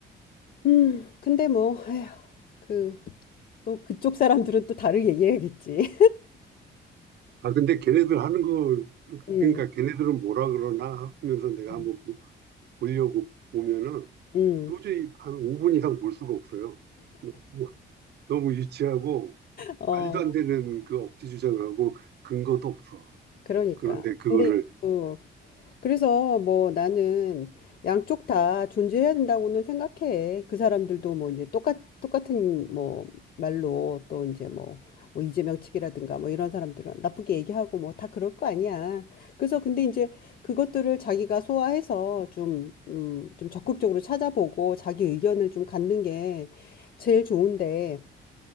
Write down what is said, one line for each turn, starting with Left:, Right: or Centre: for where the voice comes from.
Left: 음. 근데 뭐 에휴. 그 또 그쪽 사람들은 또 다르게 얘기하겠지.
Right: 아, 근데 걔네들 하는 거,
Left: <laughs> 음,
Right: 그러니까 걔네들은 뭐라 그러나 하면서 내가
Left: 음.
Right: 한번 보, 보려고 보면은
Left: 음,
Right: 도저히 한 5분 이상 볼 수가 없어요. 너무, 너무 유치하고
Left: 어,
Right: 말도 안 되는 그 억지 주장하고 근거도 없어.
Left: 그러니까.
Right: 그런데 그거를
Left: 근데 또 그래서 뭐 나는 양쪽 다 존재해야 된다고는 생각해. 그 사람들도 뭐 이제 똑같 똑같은 뭐 말로 또 이제 뭐 뭐 이재명 측이라든가 뭐 이런 사람들은 나쁘게 얘기하고 뭐 다 그럴 거 아니야. 그래서 근데 이제 그것들을 자기가 소화해서 좀, 음, 좀 적극적으로 찾아보고 자기 의견을 좀 갖는 게 제일 좋은데.